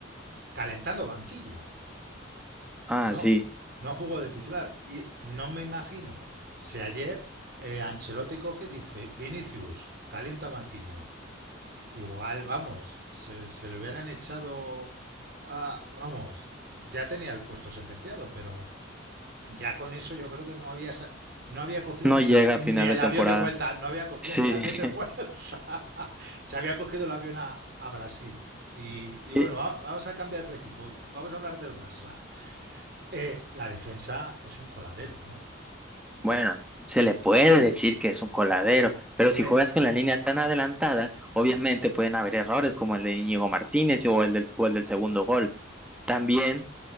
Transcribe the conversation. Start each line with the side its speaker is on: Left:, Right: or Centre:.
Right: calentando banquillo.
Centre: Ah,
Right: No,
Centre: sí,
Right: no jugó de titular. Y no me imagino si ayer eh, Ancelotti coge y dice, Vinicius, calienta banquillo. Igual, vamos, se, se lo hubieran echado a, vamos, ya tenía el puesto sentenciado, pero ya con eso yo creo que no había, sa- no había cogido
Centre: no
Right: ni,
Centre: llega
Right: la, ni
Centre: a final
Right: el
Centre: de temporada.
Right: avión de vuelta, no había cogido
Centre: Sí,
Right: ni
Centre: <laughs>
Right: el avión de vuelta. <laughs> Se había cogido el avión a, a Brasil. Y, y bueno,
Centre: Y,
Right: va- vamos a cambiar de equipo, vamos a hablar del Barça. Eh, la defensa es un coladero, ¿no?
Centre: bueno, se le puede decir que es un coladero, pero si
Right: Eh,
Centre: juegas con la línea tan adelantada, obviamente pueden haber errores como el de Íñigo Martínez o el del, o el del segundo gol. También,